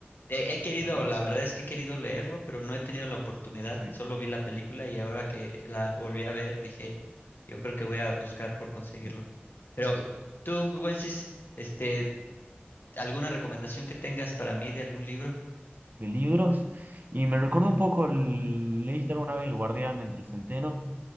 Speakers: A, on the left (about 60°); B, on the right (about 50°).
A: He, he querido,
B: Bueno,
A: la verdad es que he querido leerlo, pero no he tenido la oportunidad.
B: sí.
A: Solo vi la película y ahora que la volví a ver, dije, yo creo que voy a buscar por conseguirlo.
B: De,
A: Pero tú, Güences, este, ¿alguna recomendación que tengas para mí de algún libro?
B: de libros. Y me recuerda un poco, el- ¿leíste alguna vez El Guardián entre el Centeno?